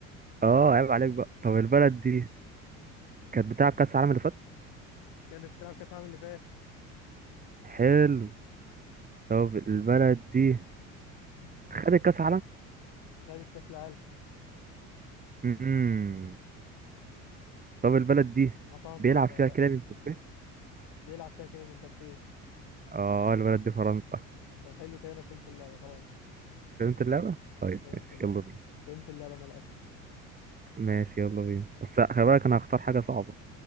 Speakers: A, on the right (about 20°); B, on the left (about 60°).
A: اه عيب عليك بقى طب البلد دي كانت بتلعب كأس العالم اللي فات
B: كان بتلعب كاس العالم اللي فات
A: حلو طب البلد دي
B: مم.
A: خدت كأس
B: خد الكاس العالم
A: عالم طب البلد دي
B: قطع النظرة
A: بيلعب فيها
B: بقى
A: كيليان امبابي
B: بيلعب فيها كيليان مبابي
A: اه البلد دي فرنسا
B: طب حلو كده انا فهمت اللعبة خلاص
A: فهمت اللعبة طيب
B: فهمت
A: ماشي
B: اللعبة
A: يلا بينا
B: فهمت اللعبة انا للاسف
A: ماشي يلا بينا بس خلي بالك انا هختار حاجة صعبة